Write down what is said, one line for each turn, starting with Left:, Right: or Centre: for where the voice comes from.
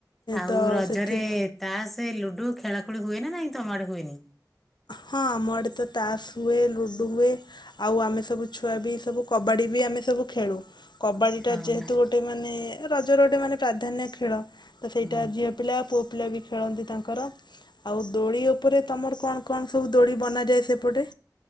Centre: ଆଉ
Left: ତ
Centre: ରଜରେ
Left: ସେଥି
Centre: ତାସ ଲୁଡୁ ଖେଳା ଖୁଳୁ ହୁଏ ନା ନାଇଁ ତମ ଆଡେ ହୁଏନି।
Left: ହଁ ଆମ ଆଡେ ତ ତାସ ହୁଏ ଲୁଡୁ ହୁଏ ଆଉ ଆମେ ସବୁ ଛୁଆ ବି ସବୁ କବାଡି ବି ଆମେ ସବୁ ଖେଳୁ। କବାଡିଟା
Centre: ହଁ
Left: ଯେହେତୁ
Centre: ହଁ।
Left: ଗୋଟେ ମାନେ। ରଜ ରେ ଗୋଟେ ମାନେ ପ୍ରାଧାନ୍ୟ ଖେଳ। ତ ସେଇଟା
Centre: ହୁଁ
Left: ଝିଅ ପିଲା। ପିଲା ବି ଖେଳନ୍ତି ତାଙ୍କର ଆଉ ଦୋଳି ଉପରେ ତମର କଣ। କଣ ସବୁ ଦୋଳି ବନାଯାଏ ସେପଟେ